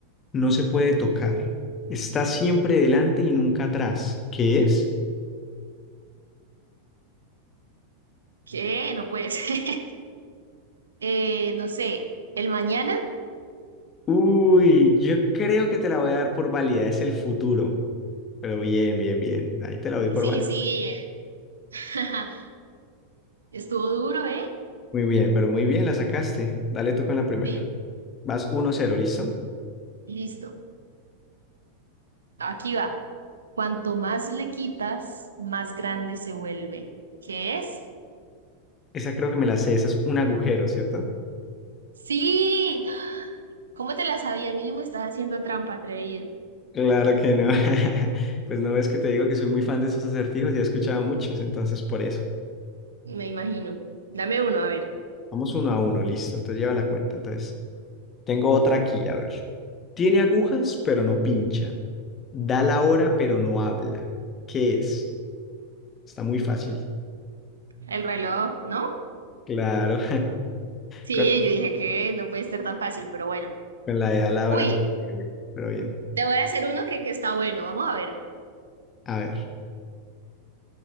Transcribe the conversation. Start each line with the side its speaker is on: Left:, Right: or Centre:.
Left: no se puede tocar. Está siempre delante y nunca atrás. ¿Qué es?
Right: ¿Qué? No puede ser. <laughs> Eh, no sé, ¿el mañana?
Left: Uy, yo creo que te la voy a dar por válida. Es el futuro. Pero bien, bien, bien. Ahí te la doy por
Right: Sí,
Left: válida.
Right: sí. eh. <laughs> Estuvo duro, ¿eh?
Left: Muy bien, pero muy bien, la sacaste. Dale tú con la primera.
Right: Sí,
Left: Vas uno cero ¿listo?
Right: listo. Aquí va. Cuanto más le quitas, más grande se vuelve. ¿Qué es?
Left: Esa creo que me la sé. Esa es un agujero, ¿cierto?
Right: Sí. ¿Cómo te la sabías? Mínimo estás haciendo trampa, atrevido.
Left: Claro que no. <laughs> Pues no ves que te digo que soy muy fan de estos acertijos. Ya he escuchado muchos, entonces por eso.
Right: me imagino. Dame uno, a ver.
Left: Vamos uno a uno, listo. Entonces lleva la cuenta. Entonces. Tengo otra aquí, a ver. Tiene agujas, pero no pincha. Da la hora, pero no habla. ¿Qué es? Está muy fácil.
Right: El reloj, ¿no?
Left: Claro.
Right: Sí,
Left: <laughs> Con,
Right: yo dije que no puede ser tan fácil, pero bueno.
Left: con la de da la
Right: Uy,
Left: hora, te duele, pero bien.
Right: te voy a hacer uno que, que está bueno. Vamos a ver.
Left: A ver.